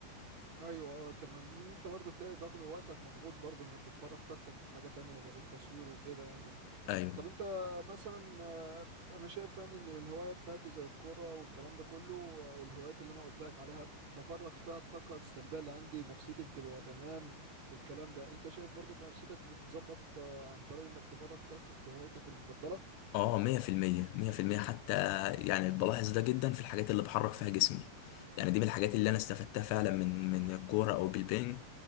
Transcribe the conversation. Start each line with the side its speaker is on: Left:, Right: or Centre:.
Right: ايوه اه تمام لان انت برضه تلاقي ضغط وقتك مضغوط برضه انك بتفرغ طاقتك في حاجة تانية غير التصوير وكده يعني
Left: ايوه
Right: طب انت مثلا آه، انا شايف يعني ان الهواية بتاعتي زي الكورة والكلام ده كله آه، والهوايات اللي انا قلت لك عليها بت- بفرغ فيها الطاقة السلبية اللي عندي نفسيتي بتبقى تمام الكلام ده انت شايف برضه نفسيتك بتتظبط آه، عن طريق انك تفرغ طاقتك في هوايتك المفضلة
Left: اه مية في المية مية في المية حتى يعني بلاحظ ده جدا في الحاجات اللي بحرك فيها جسمي يعني دي من الحاجات اللي انا استفدتها فعلا من من الكورة او بالبنج